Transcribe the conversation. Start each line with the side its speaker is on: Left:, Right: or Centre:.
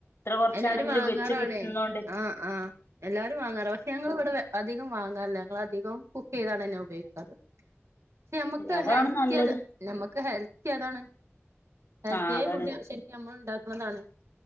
Left: കുറച്ചാണെങ്കിലും
Right: എല്ലാരും വാങ്ങാറാണ്
Left: വെച്ച് കിട്ടുന്നോണ്ട്
Right: ആഹ് ആഹ് എല്ലാരും വാങ്ങാറാ പക്ഷെ ഞങ്ങള് ഇവിടെ വെ അധികം വാങ്ങാറില്ല ഞങ്ങള് അധികോം കുക്ക് ചെയ്താണ്ടന്നെ ഉപയോഗിക്കാറ് ക്ഷെ നമ്മക്ക്
Left: അതാണ്
Right: ഹെൽത്തി
Left: നല്ലത്
Right: അത് നമ്മക്ക് ഹെൽത്തി അതാണ് ഹെൽത്തിയായ
Left: ആ അതാണ്
Right: ഫുഡ് ശരിക്കും നമ്മള് ഉണ്ടാക്കണതാണ്